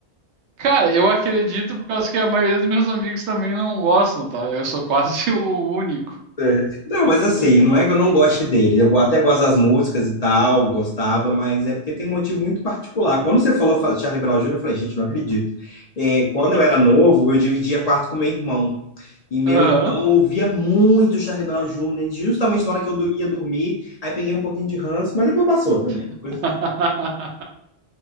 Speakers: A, on the right; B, on the left.
A: Cara, eu acredito por causa que a maioria dos meus amigos também não gostam, tá? Eu sou quase <laughs> o único.
B: É. Não, mas assim,
A: É,
B: não é que eu não goste dele. Eu até gosto das músicas e tal, gostava, mas é porque tem um motivo muito particular. Quando você falou fa- Charlie Brown Jr., eu falei, gente, não acredito. É, quando eu era novo, eu dividia quarto com meu irmão. E meu
A: Aham.
B: irmão ouvia muito Charlie Brown Jr., justamente na hora que eu do- ia dormir. Aí peguei um pouquinho de ranço, mas depois passou também.
A: <laughs>
B: Depois-